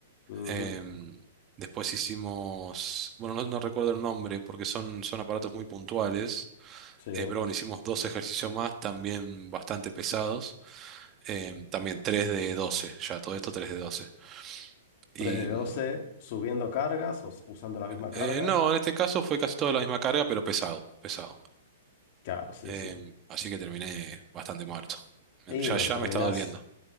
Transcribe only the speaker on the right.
Em, después hicimos, bueno, no, no recuerdo el nombre porque son, son aparatos muy puntuales,
eh, pero bueno, hicimos dos ejercicios más, también bastante pesados, em, también tres de doce ya todo esto tres de doce Y
mm,
eh, no, en este caso fue casi toda la misma carga, pero pesado, pesado.
Em,
así que terminé bastante muerto.
Eh, Ya, ya
me está doliendo.